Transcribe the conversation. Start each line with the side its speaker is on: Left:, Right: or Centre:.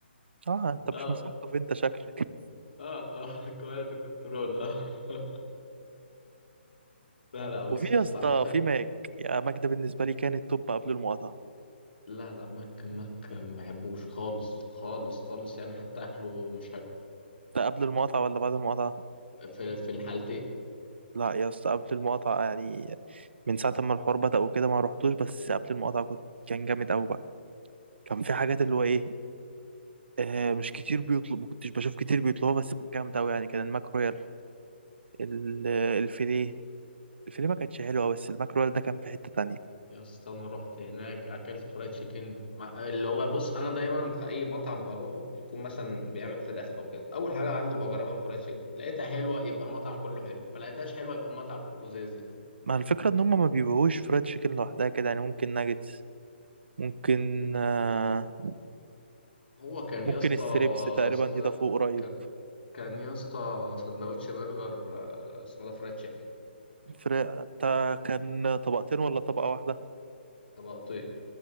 Right: اه انت مش
Left: اه
Right: مثقف انت شكلك
Left: اه اه كواليتي كنترول اه <laughs> لا لا بص
Right: وفي
Left: يا
Right: يا
Left: اسطى
Right: اسطى
Left: عامة
Right: في ماك يا ماك ده بالنسبه لي كان التوب قبل المقاطعه
Left: لا لا ماك ماك ما بحبوش خالص خالص خالص يعني حتى اكله مش حلو
Right: ده قبل المقاطعه ولا بعد المقاطعه
Left: في في الحالتين
Right: لا يا اسطى قبل المقاطعه يعني من ساعه ما الحوار بدأ وكده ما روحتوش بس قبل المقاطعه كنت كان جامد قوي بقى كان في حاجات اللي هو ايه آه مش كتير بيطلب ما كنتش بشوف كتير بيطلبوها بس كانت جامده قوي يعني كان الماك رويال ال- الفيليه الفيليه ما كانتش حلوه بس الماكرول ده كان في حته تانية
Left: يا اسطى انا رحت هناك اكلت فرايد تشيكن مع- اللي هو بص انا دايما في اي مطعم بروحه يكون مثلا بيعمل فراخ او كده اول حاجه عنده بجربها الفرايد تشيكن لقيتها حلوه يبقى المطعم كله حلو ما لقيتهاش حلوه يبقى المطعم كله زي الزفت
Right: مع الفكره ان هم ما بيبيعوش فرايد تشيكن لوحدها كده يعني ممكن ناجتس ممكن آه،
Left: هو كان
Right: ممكن
Left: يا اسطى
Right: الستريبس تقريبا
Left: اسمه
Right: دي
Left: ده
Right: ده فوق قريب
Left: كان كان يا اسطى سندوتش برجر آه، اسمه ده فرايد تشيكن
Right: فرق ده كان طبقتين ولا طبقه واحده
Left: طبقتين